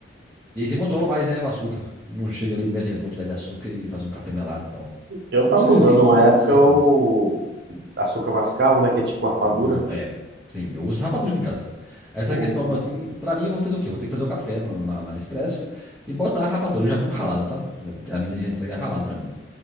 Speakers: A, in the centre; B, on the right.
A: E aí você controla mais, né, o açúcar. Não chega ali, mete aquela quantidade de açúcar e faz um café melado e tal.
B: Eu
A: A
B: tava
A: não ser
B: usando
A: que você vai
B: uma
A: meter
B: época
A: uns saquinhos.
B: o açúcar mascavo, né? Que é tipo rapadura.
A: Hum, é. Sim, eu uso rapadura em casa. Essa
B: Uhum.
A: questão, assim, pra mim eu vou fazer o quê? Eu Vou ter que fazer o café na, na, na Expresso e botar a rapadura. Eu já compro ralada, sabe? A menina já entrega ralado pra mim.